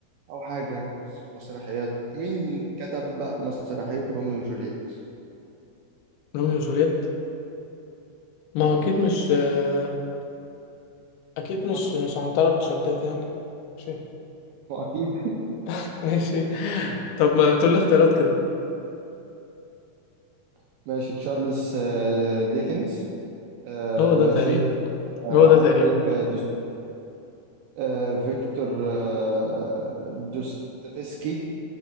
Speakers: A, on the right (about 80°); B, on the left (about 80°).
A: او حاجة مس- مسرحيات مين كتب بقى مسرحية روميو وجولييت
B: روميو وجوليت ما
A: ما
B: هو اكيد مش آه، اكيد مش
A: ما
B: مش عنترة بن شداد يعني ماشي
A: ما أكيد
B: <laughs> ماشي طب ما تقول لي اختيارات كده
A: <laughs> ماشي تشارلز آه، ديكنز آه،
B: هو ده
A: ماشي
B: تقريبا
A: آه،
B: هو ده تقريبا
A: عندك آه، دوست... آه، فيكتور آه، دوستويفسكي